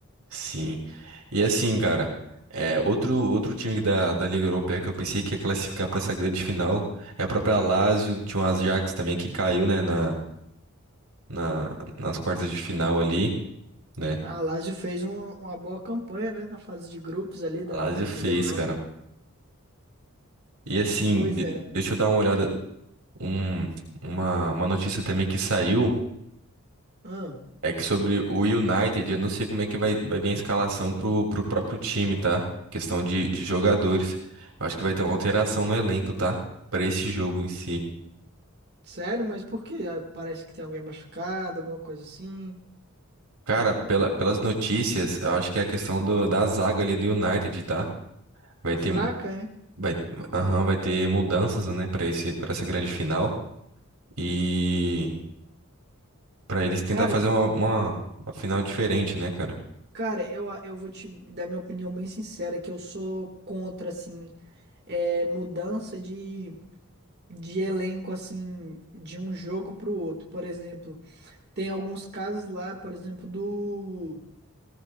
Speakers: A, on the right; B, on the right.
A: Sim. E assim, cara, é, outro, outro time da, da Liga Europeia que eu pensei que ia classificar para essa grande final é a própria Lazio, tinha o Ajax também que caiu, né, na, na, nas quartas de final ali, né?
B: A Lazio fez uma, uma boa campanha, né, na fase de grupos ali da,
A: A Lazio
B: da
A: fez,
B: Liga Europa.
A: cara. E assim,
B: Pois
A: de-
B: é.
A: deixa eu dar uma olhada, um, uma, uma notícia também que saiu
B: Ah,
A: é que sobre o United, eu não sei como é que vai, vai vir a escalação pro, pro próprio time, tá? Questão de, de jogadores. Eu acho que vai ter uma alteração no elenco, tá? Para esse jogo em si.
B: sério, mas por quê? Ah, Parece que tem alguém machucado, alguma coisa assim.
A: Cara, pela- pelas notícias, eu acho que é a questão do- da zaga ali do United, tá? Vai
B: Tá
A: ter,
B: fraca, é?
A: vai, aham, vai ter mudanças, né, pra esse, para essa grande final. E pra eles tentar
B: Cara,
A: fazer uma, uma, uma final diferente, né, cara?
B: cara, eu, a- eu vou te dar minha opinião bem sincera, que eu sou contra, assim. é, mudança de, de elenco, assim, de um jogo pro outro. Por exemplo, tem alguns casos lá, por exemplo, do.